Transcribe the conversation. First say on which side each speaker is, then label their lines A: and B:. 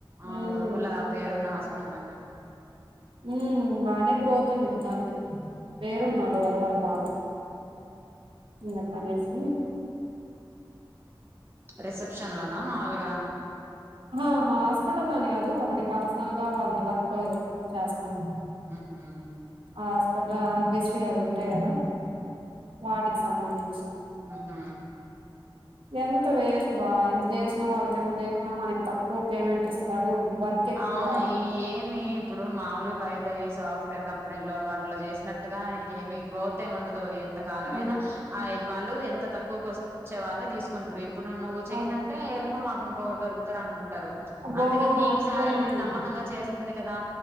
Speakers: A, on the right; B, on the right.
A: ఆ
B: ఉమ్
A: ఉడుములా పేరున్న హాస్పిటల్
B: ఉమ్ బాగానే గ్రోత్ ఉండిది దానికి పేరున్నది వదలకు బాగా ఉమ్ పనిజేస్
A: రిసెప్షన్ లోనా మామూలుగా
B: ఓహా హాస్పిటల్ లోని గాదు ఒకటి పర్సనల్ గా వాళ్ళది వర్క్ చేస్తా
A: ఉమ్ హు
B: ఆ హాస్పిటల్ ల ఆరోగ్యశ్రీ అవి ఉంటాయి గదా వాటికి సంబంధించి
A: ఉమ్ హు
B: ఎంత వేస్ట్ బా ఎంత చేసినా వాళ్ళకి ఎంత చేసినా మనకి తక్కువ పేమెంట్ ఇస్తారు వర్క్ ఎక్కువ
A: అవును ఏమి ఇప్పుడు మాముూలుగా బయటయి సాఫ్ తారు కంపెనీల్లో వాటిలో చేసినట్టుగా నీకేమి గ్రోత్ ఏమి ఉండదు ఎంత కాలమైనా
B: హ్మ్.
A: అయి ది వాళ్ళు ఎంత తక్కువకు వచ్చే వాళ్ళని తీసుకుంటారు ఇప్పుడు నువ్వు చేయనంటే
B: అది
A: ఎళ్ళిపో మాకు ఇంకొకరు దొరకు తారు అనుకుంటారు
B: అబ్బా
A: అంతకే నీకు
B: అట్లే
A: శాలరీ
B: ఉంది
A: నమ్మకంగా చే చేస్తుంది కదా